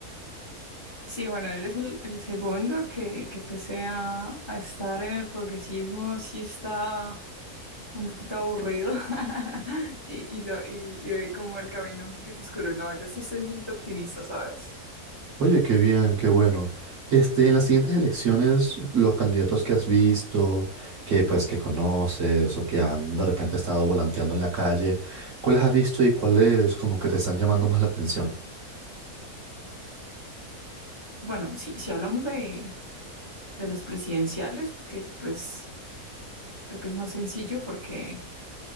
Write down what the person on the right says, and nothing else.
Oye, qué bien, qué bueno. Este, en las siguientes elecciones, los candidatos que has visto, que pues que conoces o que han de repente estado volanteando en la calle, ¿cuáles has visto y cuáles como que te están llamando más la atención?